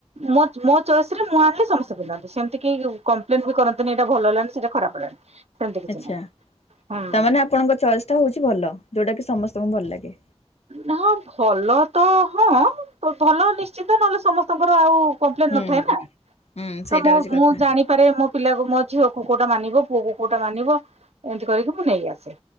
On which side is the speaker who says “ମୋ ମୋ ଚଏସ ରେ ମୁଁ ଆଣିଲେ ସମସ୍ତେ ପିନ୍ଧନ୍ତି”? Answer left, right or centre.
Right